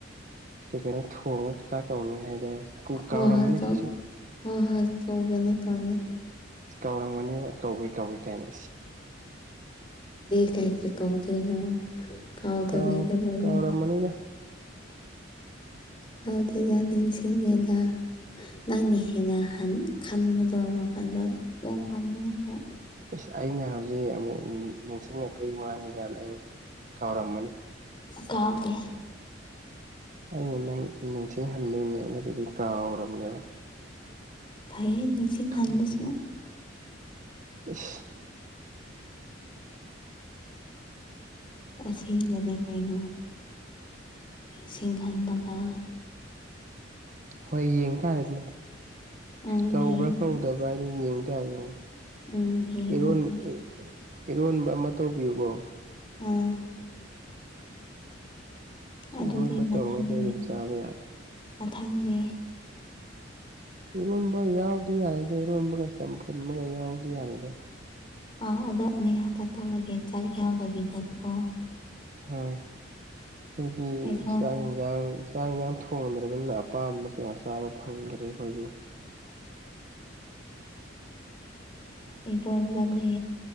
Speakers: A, on the right (about 40°); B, on the left (about 25°).
A: ꯀꯩ ꯀꯩꯅꯣ ꯊꯣꯡꯉ ꯆꯥꯛ ꯇꯧꯅꯤ ꯍꯥꯏꯗꯥꯏ ꯀꯨ
B: ꯍꯣꯏ
A: ꯀꯥꯎꯔꯝꯃꯅꯤ
B: ꯍꯣꯏ ꯀꯧ
A: ꯁꯤꯁꯨ
B: ꯍꯣꯏ ꯍꯣꯏ ꯀꯧꯒꯅꯤ ꯀꯥꯎꯅꯤ
A: ꯀꯥꯎꯔꯝꯒꯅꯤꯕꯥ ꯀꯧꯏ ꯀꯧꯏ ꯀꯥꯏꯅ
B: ꯀꯩꯒꯤ ꯀꯥꯎꯗꯣꯏꯅꯣ ꯀꯥꯎꯗꯕꯤꯗ
A: ꯀꯥꯎ
B: ꯂꯩꯌꯦ
A: ꯀꯥꯎꯔꯝꯃꯅꯤꯗ
B: ꯀꯥꯎꯗꯦꯗ ꯅꯤꯡꯁꯤꯡꯉꯤꯗ ꯅꯪꯅ ꯍꯦꯟꯅ ꯈꯟꯕꯗꯣ ꯋꯥꯈꯟꯗꯣ ꯌꯥꯝ ꯈꯟꯅꯤꯡꯈ꯭ꯔꯦ
A: ꯏꯁ ꯑꯩꯅ ꯍꯧꯖꯤꯛ ꯑꯃꯨꯛ ꯅꯤꯡꯁꯤꯡꯉꯛ ꯀꯩ ꯋꯥꯍꯥꯏꯅꯤꯡꯖꯅꯣ ꯑꯩ ꯀꯥꯎꯔꯝꯃꯅꯤ
B: ꯀꯥꯎꯗꯦ
A: ꯑꯩꯅ ꯅꯪ ꯅꯤꯡꯁꯤꯡꯍꯟꯕꯩꯅꯦꯕ ꯅꯠꯠꯔꯗꯤ ꯀꯥꯎꯔꯕꯅꯦꯕ
B: ꯐꯩꯌꯦ ꯅꯤꯡꯁꯤꯡ
A: ꯈꯪꯕ
B: ꯍꯟꯕꯥꯁꯤꯅ
A: ꯏꯁ
B: ꯑꯁꯦꯡꯕꯅꯦ ꯀꯩꯅꯣ ꯁꯤꯡꯒꯟ ꯃꯈꯥ
A: ꯍꯣꯏ ꯌꯦꯡ ꯇꯥꯔꯦꯗꯅ
B: ꯎꯝ
A: ꯀꯧꯕ꯭ꯔꯥ
B: ꯌꯦꯡ
A: ꯀꯧꯗꯕ꯭ꯔꯥ ꯍꯥꯏꯅ ꯌꯦꯡ ꯇꯥꯔꯦꯗꯅ
B: ꯎꯝ ꯌꯦꯡꯉꯁꯦ
A: ꯏꯔꯣꯟ ꯏꯔꯣꯟꯕ ꯑꯃ ꯇꯧꯕꯤꯌꯨꯀꯣ
B: ꯑꯝ ꯑꯗꯨꯗꯤ
A: ꯏꯔꯣꯟꯕ
B: ꯃꯊꯪꯅꯤ
A: ꯇꯧꯔꯒꯗꯤ ꯑꯩ ꯑꯗꯨꯝ ꯆꯥꯕ ꯌꯥꯔꯦ
B: ꯃꯊꯪꯗꯤ
A: ꯏꯔꯣꯟꯕ ꯌꯥꯎꯗꯤ ꯌꯥꯗꯦꯕꯥ ꯏꯔꯣꯟꯕꯒ ꯆꯝꯐꯨꯜ ꯑꯃꯒ ꯌꯥꯎꯗꯤ ꯌꯥꯔꯦꯏꯗ
B: ꯑꯥ ꯑꯗꯣ ꯑꯅꯤ ꯍꯞꯇꯥ ꯇꯧꯔꯒꯦ ꯆꯥꯛ ꯌꯥꯎꯗꯕꯤꯗꯀꯣ
A: ꯍꯣꯏ ꯑꯩꯈꯣꯏꯗꯤ
B: ꯏꯔꯣꯟꯕ
A: ꯆꯥꯛ ꯌꯦꯟꯁꯥꯡ ꯆꯥꯛ ꯌꯦꯟꯁꯥꯡ ꯊꯣꯡꯗ꯭ꯔꯕꯅꯤꯅ ꯑꯄꯥꯝꯕ ꯀꯌꯥ ꯆꯥꯕ ꯐꯪꯗ꯭ꯔꯦ ꯑꯩꯈꯣꯏꯗꯤ
B: ꯏꯔꯣꯟꯕꯅꯦ